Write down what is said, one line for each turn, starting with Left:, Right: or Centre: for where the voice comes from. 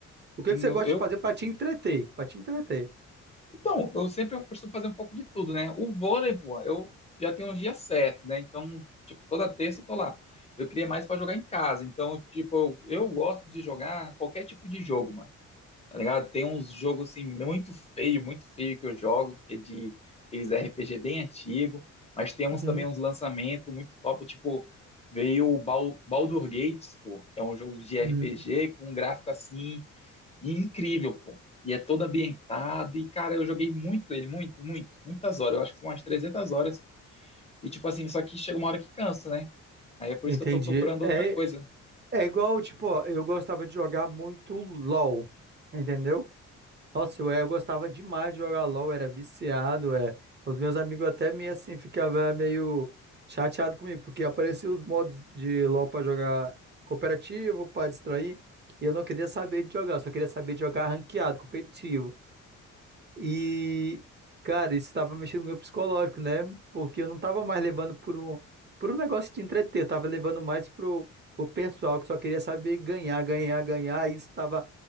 Right: O que
Left: no-
Right: que você gosta
Left: eu,
Right: de fazer pra te entreter? Pra te entreter.
Left: então, eu sempre costumo fazer um pouco de tudo, né? O vôlei, pô, eu já tenho uns dias certos, né? Então, tipo, toda terça eu tô lá. Eu queria mais pra jogar em casa, então, tipo, eu, eu gosto de jogar qualquer tipo de jogo, mano. tá ligado? Tem uns jogos assim muito feio, muito feio que eu jogo, que é de aqueles RPG bem antigo, mas tem uns
Right: Uhum,
Left: também uns lançamentos muito top, tipo, veio o Bal- Baldur Gates, pô, é um jogo de RPG
Right: uhum.
Left: com um gráfico assim incrível, pô. E é todo ambientado, e cara, eu joguei muito ele, muito, muito, muitas horas, eu acho que foi umas 300 horas. E tipo assim, só que chega uma hora que cansa, né? Aí é por
Right: Entendi.
Left: isso que eu tô procurando outra
Right: É,
Left: coisa.
Right: é igual, tipo, ó, eu gostava de jogar muito LOL, entendeu? Nossa, eu, eu gostava demais de jogar LOL, era viciado, é. Os meus amigos até meio assim ficavam meio chateado comigo, porque apareciam os modos de LOL pra jogar cooperativo, pra distrair, e eu não queria saber de jogar, eu só queria saber de jogar ranqueado, competitivo. E, cara, isso estava mexendo no meu psicológico, né? Porque eu não tava mais levando por um, por um negócio de entreter, eu tava levando mais pro, pro pessoal que só queria saber ganhar, ganhar, ganhar, e isso estava